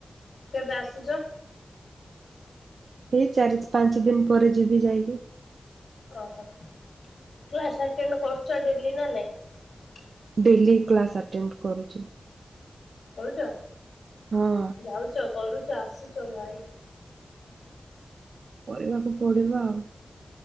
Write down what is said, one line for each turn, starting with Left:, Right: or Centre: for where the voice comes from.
Left: କେବେ ଆସୁଛ?
Right: ଏଇ ଚାରି ପାଞ୍ଚ ଦିନ ପରେ ଯିବି ଯାଇକି।
Left: ଓହୋ। କ୍ଲାସ୍ ଅଟେଣ୍ଡ କରୁଚ। ଦେଲି ନା ନାଇଁ?
Right: ଡେଲି କ୍ଲାସ ଆଟେଣ୍ଡ କରୁଛି।
Left: କରୁଛ।
Right: ହଁ
Left: ଯାଉଛ କରୁଛୁ। ଚାରଶ ଚରାଇ
Right: କରିବାକୁ ପଡିବ ଆଉ।